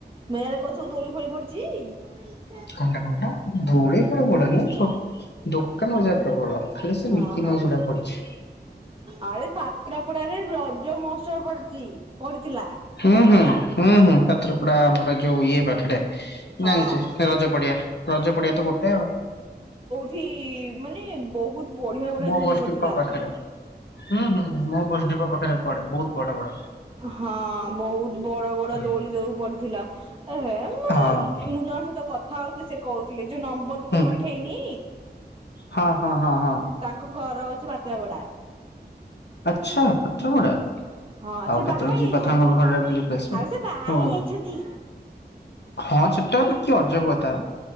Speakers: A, on the right; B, on the left.
A: ମେଳାରେ କଣ ସବୁ ଦୋଳି ଫୋଳି ପଡିଛି?
B: କଣ ଟା କଣ ଟା ଦୋଳି ଫୋଳି ପଡେନି ଦୋକାନ ବଜାର ପ୍ରବଳ। ଖାଲି ସେ
A: ଓହୋ
B: ମିକି ମାଉସ ଗୁଡା ପଡିଚି।
A: ଆରେ ପାତ୍ରପଡାରେ ରଜ ମହୋତ୍ସବ ପଡଚି ପଡିଥିଲା।
B: ହୁଁ ହୁଁ ହୁଁ ହୁଁ ପାତ୍ରପଡା ଆମର ଯୋଉ ଇଏ ପାଖରେେ
A: ହଁ।
B: ଜାଣିଚେ ରଜ ପଡିଆ ରଜ ପଡିଆ ତ ଗୋଟେ ଆଉ।
A: ଥି ମାନେ ବହୁତ ବଢ଼ିଆ ବଢ଼ିଆ
B: ମୋ
A: ଦୋଳି
B: ବସ୍
A: ପଡ଼ିଥିଲା।
B: ଡିପୋ ପାଖରେ। ହୁଁ ହୁଁ ମୋ ଗୋଷ୍ଠୀ ପାଖରେ ପଡେ ବହୁତ ବଡ ବଡ।
A: ହଁ ବହୁତ ବଡ ବଡ
B: ହୁଁ
A: ଦୋଳି ଯୋଉ ପଡିଥିଲା। ଏ ମାନେ
B: ହଁ
A: ମୁଁ ଜଣଙ୍କ ସହିତ କଥା ହୋଉଥିଲି ସେ କହୁଥିଲି। ଯୋଉ ନମ୍ବର ତତେ
B: ହୁଁ।
A: ପଠେଇନି?
B: ହଁ ହଁ ହଁ ହଁ।
A: କୋ ଘର ହୋଉଚି ପାତ୍ରପଡା।
B: ଆଚ୍ଛା ପାତ୍ରପଡା?
A: ହଁ
B: ଆଉ
A: ସେ ବାହା
B: କେତୋଳେ
A: ହେଇଯାଇଛନ୍ତି।
B: ଯିବା ଥାଙ୍ଗ ଘରଆଡେ ବୁଲିକି ଆସିବା।
A: ଆରେ ସେ ବାହା ହେଇ ଯାଇଛନ୍ତି।
B: ହଁ ସେଟା ବି କି ଅଜବ କଥା